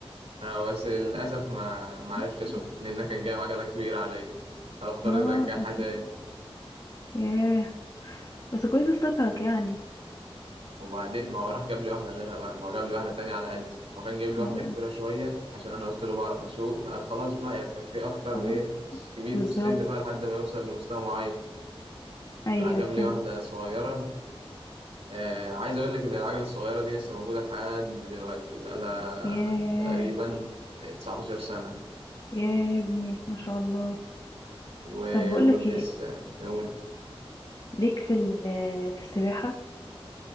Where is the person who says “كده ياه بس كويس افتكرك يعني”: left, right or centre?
Left